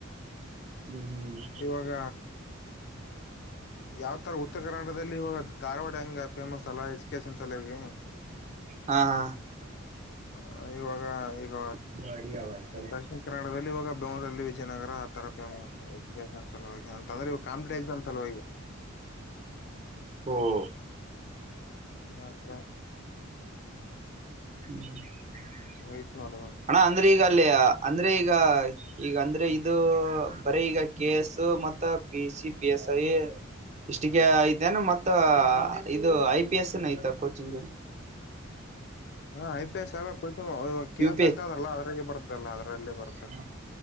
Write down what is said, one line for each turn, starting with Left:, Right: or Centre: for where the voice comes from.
Right: ಹ್ಮ್
Left: ಇವಾಗ ಯಾವ್ ತರ ಉತ್ತರ ಕನ್ನಡ. ಅಲ್ಲಿ ಇವಾಗ ಧಾರವಾಡ ಹಂಗ ಫೇಮಸ್ ಅಲ್ಲಾ ಎಜುಕೇಶನ್ ಸಾಲವಾಗಿ.
Right: ಹಾ ಹಾ
Left: ಹ ಇವಾಗ ಈಗ
Right: <unintelligible>
Left: ಉತ್ತರ ಕನ್ನಡದಲ್ಲಿ ಇವಾಗ <unintelligible> ವಿಜಯನಗರ ಆತರ.. <unintelligible> ಅಂತಂದ್ರ ಇವು ಕಾಂಪಿಟಿವ್ ಎಕ್ಸಾಮ್ ಅಲ್ವಾ ಈಗ.
Right: ಓಹೋ.
Left: ಹತ್ರ
Right: <inaudible>
Left: ಆಯ್ತು ನೋಡುವ..
Right: ಅಣ್ಣ ಅಂದ್ರೆ ಈಗ ಅಲ್ಲಿಯ ಅಂದ್ರೆ ಈಗ ಈಗ ಅಂದ್ರೆ ಇದು ಬರೀ ಈಗ ಕೆ ಎಸ್ ಮತ್ತ P C, P S I ಇಷ್ಟಿಗೆ ಐತೆೇನ ಮತ್ ಇದು ಐ ಪಿ ಎಸ್ ಐತ ಕೋಚಿಂಗ್.
Left: ಹಾ ಐ ಪಿ ಎಸ್ ಅಲ್ಲ ಕೋಚಿಂಗ್ ಕೆ
Right: ಯು
Left: ಎಸ್ ಅಂತ ಅಂದ್ರಲ್ಲ ಅದಾಗ ಬರುತ್ತಲ್ಲ ಅದರಲ್ಲೇ ಬರುತ್ತ
Right: ಹ್ಮ